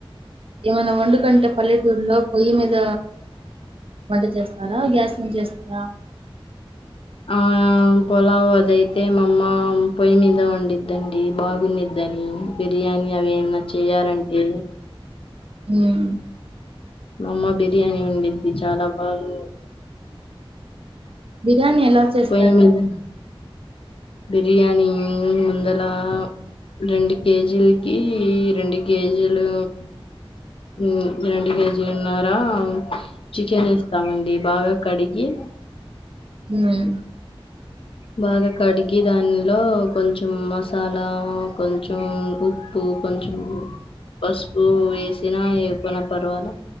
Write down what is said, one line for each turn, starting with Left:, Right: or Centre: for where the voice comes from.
Right: ఏమైనా వండుకంటే పల్లె త్తూర్లో పొయ్యి మీద వంట చేస్తారా గ్యాస్ మీద చేస్తారా
Left: ఆ పొలావు అద అయితే మా అమ్మ పొయ్యి మీదే వండిద్దండి బాగునీద్దని బిర్యానీ అవి ఏమనా చేయాలంటే
Right: హ్మ్మ్
Left: మా అమ్మ బిర్యానీ ఒండుద్దీ చాలా బాగుండేనిద్ది
Right: బిర్యానీ ఎలా చేస్తారు
Left: పొయ్యి మీద బిర్యానీ ముందల రెండు కేజీకి రెండు కేజీలు మ్మ్ రెండు కేజీలున్నార చికెన్ ఏస్తామండి బాగా కడిగి
Right: హ్మ్మ్
Left: బాగా కడిగి దానిలో కొంచెం మసాలా కొంచెం ఉప్పు కొంచెం పసుపు వేసినా ఎయకపోయిన పర్వాల